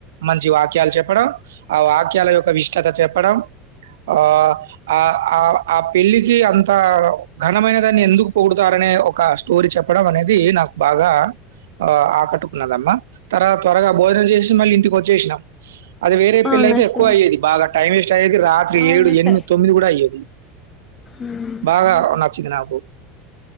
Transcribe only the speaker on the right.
మంచి వాక్యాలు చెప్పడం, ఆ వాక్యాల యొక్క విష్టత చెప్పడం ఆ ఆ ఆ ఆ పెళ్ళికి అంత ఘనమైనదాన్ని ఎందుకు పొగుడుతారని ఎ ఒక స్టోరీ చెప్పడం అనేది నాకు బాగా ఆ ఆకట్టుకున్నదమ తర్వాత త్వరగా భోజనం చేసి మళ్ళీ ఇంటికి వచ్చేష్ణం అది వేరే
పెళ్లి అయితె
ఎక్కువ అయ్యది బాగా టైం వేస్ట్ అయెది రాత్రి
ఏడు ఎనిమి
తొమ్మిది కూడా అయ్యేది
బాగా నచ్చింది నాకు